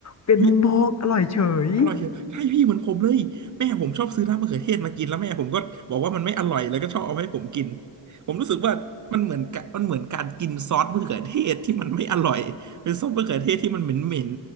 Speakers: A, on the left (about 35°); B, on the right (about 40°).
A: เป็นมุมมองอร่อยเฉย
B: โห อร่อยเชียวใช่พี่เหมือนผมเลยแม่ผมชอบซื้อน้ำมะเขือเทศมากินแล้วแม่ผมก็บอกว่ามันไม่อร่อยแล้วก็ชอบเอาให้ผมกินผมรู้สึกว่ามันเหมือนกะมันเหมือนการกินซอสมะเขือเทศที่มันไม่อร่อยหรือซอสมะเขือเทศที่มันเหม็นเหม็น